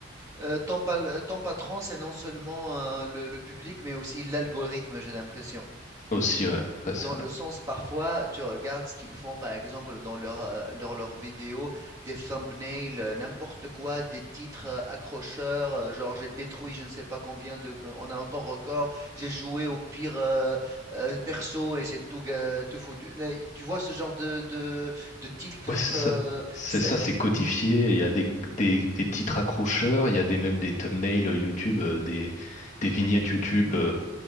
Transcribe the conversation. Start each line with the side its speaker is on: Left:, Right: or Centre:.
Right: Euh, ton, pal- ton patron, c'est non seulement euh, le, le public, mais aussi l'algorithme, j'ai l'impression.
Left: aussi, ouais, Ouais, c'est
Right: Dans
Left: vrai.
Right: le sens, parfois, tu regardes ce qu'ils font, par exemple, dans leur, euh, dans leurs vidéos, des thumbnails, euh, n'importe quoi, des titres euh, accrocheurs, euh, genre j'ai détruit je ne sais pas combien de, on a un temps record, j'ai joué au pire euh, euh, perso et j'ai tout, ga- tout foutu. Mais Tu vois ce genre de, de, de titres,
Left: Ouais, c'est
Right: euh,
Left: ça. C'est
Right: c'est-
Left: ça, c'est codifié. Il y a des, des, des titres accrocheurs, il y a des même des thumbnails euh, YouTube, euh, des, des vignettes YouTube. euh,